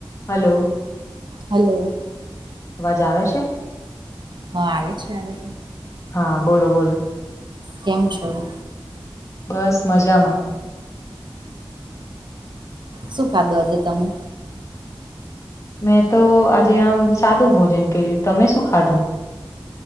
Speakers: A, on the left; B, on the right.
A: Hello.
B: Hello.
A: અવાજ આવે છે?
B: હા આવે છે ને.
A: હા બોલો બોલો.
B: કેમ છો?
A: બસ મજામાં.
B: શું ખાધું આજે તમે?
A: મેં તો આજે આમ સાદું ભોજન કર્યું તમે શું ખાધું?